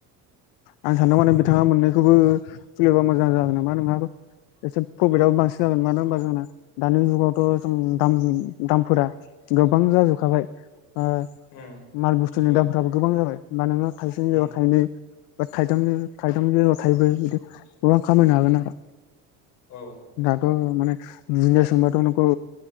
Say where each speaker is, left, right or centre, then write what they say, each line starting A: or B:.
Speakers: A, on the left (about 80°); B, on the left (about 55°).
A: आं सानदों माने बिथाङा मोननैखौबो खुलिबा मोजां जागोन नामा नोंनाबो? एसे प्रफिटआबो बांसिन जागोन मानो होनबा जोंना दानि जुगावथ' जों दाम दामफोरा गोबां जाजोबखाबाय ओ
B: उम
A: माल बुस्थुनि
B: औ
A: दामफ्राबो गोबां जाबाय होमबा नोङो थाइसे जायगायाव
B: उम
A: थाइनै बा थाइथाम थाइथाम ज थाइबबो बिदि गोबां खामायनो हागोन आरो।
B: औ
A: दाथ' माने दिनो सोंबाथ' नोंखौ